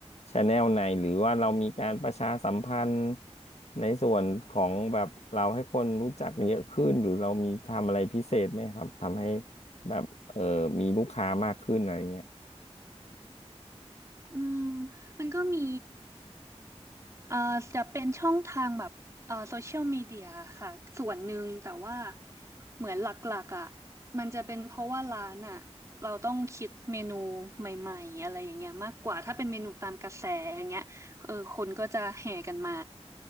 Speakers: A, on the left; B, on the right.
A: ชาแนลไหนหรือว่าเรามีการประชาสัมพันธ์ในส่วนของแบบเราให้คนรู้จักเยอะขึ้นหรือเรามีทำอะไรพิเศษไหมครับทำให้แบบเออมีลูกค้ามากขึ้นอะไรเงี้ย
B: อืมมันก็มี เอ่อจะเป็นช่องทางแบบเอ่อโซเชียลมีเดียค่ะส่วนหนึ่งแต่ว่าเหมือนหลักๆอ่ะมันจะเป็นเพราะว่าร้านอ่ะเราต้องคิดเมนูใหม่ๆอะไรอย่างเงี้ยมากกว่าถ้าเป็นเมนูตามกระแสอย่างเงี้ยเออคนก็จะแห่กันมา